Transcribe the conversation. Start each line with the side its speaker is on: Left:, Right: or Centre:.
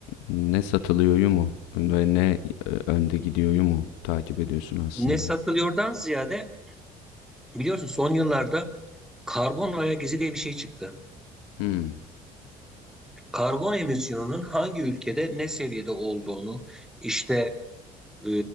Left: ne satılıyor mu ve ne e, önde gidiyor mu takip ediyorsun aslında.
Centre: Ne satılıyordan ziyade biliyorsun son yıllarda karbon ayak izi diye bir şey çıktı.
Left: Hmm,
Centre: Karbon emisyonunun hangi ülkede ne seviyede olduğunu, işte e,